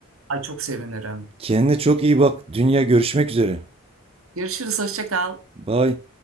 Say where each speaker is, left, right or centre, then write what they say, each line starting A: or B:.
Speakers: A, on the right (about 70°); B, on the right (about 25°).
A: Ay çok sevinirim.
B: Kendine çok iyi bak. Dünya görüşmek üzere.
A: Görüşürüz, hoşça kal.
B: Bye.